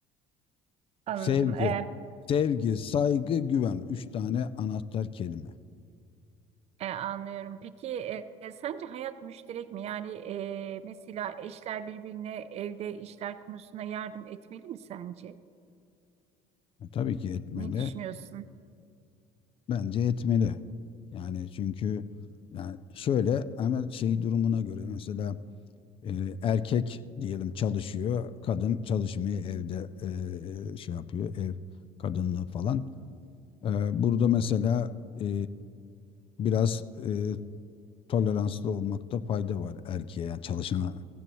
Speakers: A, on the right; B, on the left.
A: Anladım.
B: sevgi,
A: Ee,
B: sevgi, saygı, güven. Üç tane anahtar kelime.
A: e, anlıyorum. Peki e, e, sence hayat müşterek mi? Yani e, mesela eşler birbirine evde işler konusunda yardım etmeli mi sence?
B: E, tabii ki etmeli.
A: Ne düşünüyorsun?
B: Bence etmeli. Yani çünkü yani şöyle ama şey durumuna göre mesela e, erkek diyelim çalışıyor, kadın çalışmıyor evde e, şey yapıyor ev kadınlığı falan. E, burada mesela e, biraz e, toleranslı olmakta fayda var erkeğe yani çalışana